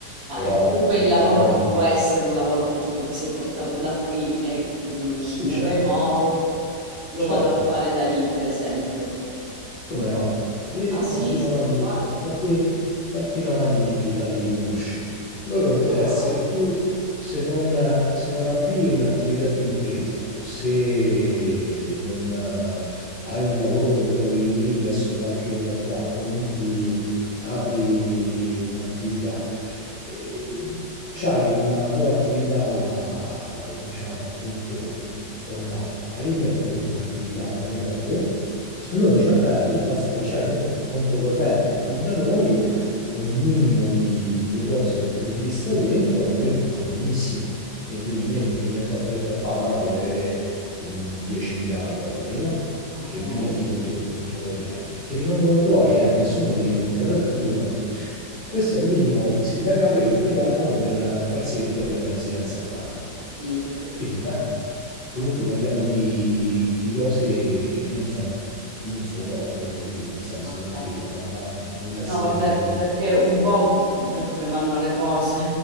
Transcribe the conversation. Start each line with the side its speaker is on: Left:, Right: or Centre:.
Right: Ma
Left: però
Right: eh, comunque
Left: ai
Right: il lavoro
Left: Caraibi,
Right: non può essere un lavoro che tipo ti sei portato da qui e mm,
Left: sì,
Right: in
Left: certo,
Right: remoto. Lo
Left: certo.
Right: vado a fare da lì, per esempio.
Left: Come no? E
Right: Ah sì,
Left: quanti nomadi,
Right: si può fare?
Left: di- quanti, quanti nomadi digitali conosci? Loro interessa
Right: Ah,
Left: che tu, se non, se non avvii un'attività di impresa o se non eh, hai un lavoro che trovi lì presso qualche realtà o non ti apri un'attività, eh, c'hai una tua attività, diciamo appunto, online online o comunque un'attività da remoto. Allora dice, va bene, tu basta che c'hai comunque un conto corrente qui da noi, con un minimo di, di deposito di provvista dentro, a noi va benissimo. Quindi tu gli metti, che ne so, per esempio a Panama devi avere un 10.000 dollari, no?
Right: ok,
Left: Che metti
Right: ho
Left: dentro un conto corrente, che rimangono tuoi, eh, nessuno te li tocca, però ti dicono, questo è il minimo sindacale che vogliamo per eh, far sì che tu abbia la residenza a Panama.
Right: capito, ho capito.
Left: Quindi, beh, comunque parliamo di, di cose non, fa- non fotoniche, capito? Nel senso
Right: Okay,
Left: non è che
Right: okay.
Left: per andare all'estero
Right: No, vabbè,
Left: devi...
Right: perché un po' co- per come vanno le cose,